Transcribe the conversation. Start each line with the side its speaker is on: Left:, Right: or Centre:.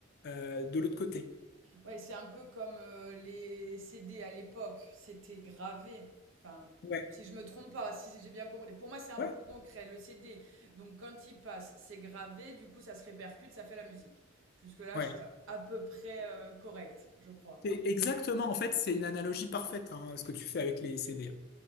Left: euh, de l'autre côté.
Right: Ouais, c'est un peu comme euh, les CD à l'époque. C'était gravé. Enfin,
Left: Ouais,
Right: si je me trompe pas, si j'ai bien compris. Pour moi, c'est un
Left: ouais,
Right: peu plus concret. Le CD, donc quand il passe, c'est gravé. Du coup, ça se répercute, ça fait la musique. Jusque-là,
Left: ouais.
Right: je suis à peu près euh, correcte, je crois.
Left: C'est exactement, en fait, c'est une analogie parfaite, hein, ce que tu fais avec les CD.